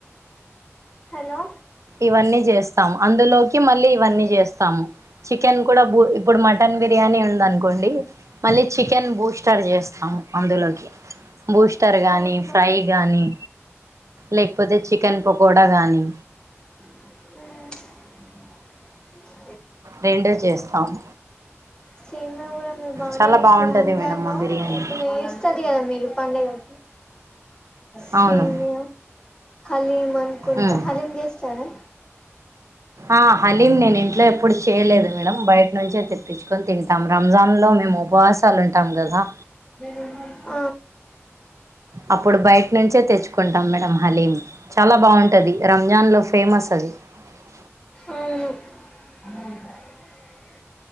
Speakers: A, on the left; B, on the right.
A: హలో
B: ఇవన్నీ జేస్తాము అందులోకి మళ్లీ ఇవన్నీ జేస్తాము చిక్ చికెన్ కూడా బు ఇప్పుడు మటన్ బిర్యానీ ఉందనుకోండి మళ్లీ చికెన్ బూస్టర్ జేస్తాము అందులోకి బూస్టర్ గానీ
A: ఓహో
B: ఫ్రై గానీ లేకపోతే చికెన్ పకోడా గానీ
A: ఉమ్
B: రెండే చేస్తాము
A: సేమియా గూడ మీరు బానే
B: చాలా
A: జేస్తారు
B: బాగుంటది
A: రంజాను
B: మేడం మా బిర్యానీ
A: ఎప్పుడో ఎస్తది గదా మీరు పండగకి సేమియా
B: అవును
A: హలీం అనుకుంటా
B: ఉమ్
A: హలీం జేస్తారా
B: ఆ హలీం నేను ఇంట్లో ఎప్పుడు చేయలేదు. మేడం బయట నుంచే తెప్పించుకొని తింటాం రంజాన్ లో మేము ఉపవాసాలు ఉంటాం గదా
A: ఎన్ని మంత్స్
B: అప్పుడు బయట నుంచే తెచ్చుకుంటాం మేడం హలీం చాలా బాగుంటది రంజాన్‌లో ఫేమస్ అది. మ్
A: అవును ఉమ్